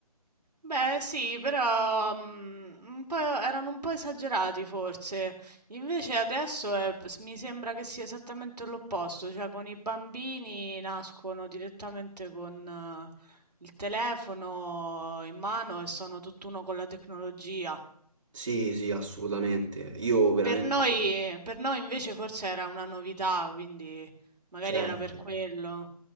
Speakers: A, on the right; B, on the right.
A: Beh sì, però, mhmm, un po' erano un po' esagerati forse. Invece adesso è p s mi sembra che sia esattamente l'opposto, cioè con i bambini nascono direttamente con eh, il telefono in mano e sono tutt'uno con la tecnologia.
B: Sì, sì, assolutamente. Io veramente,
A: Per noi per noi invece forse era una novità, quindi magari
B: certo.
A: era per quello.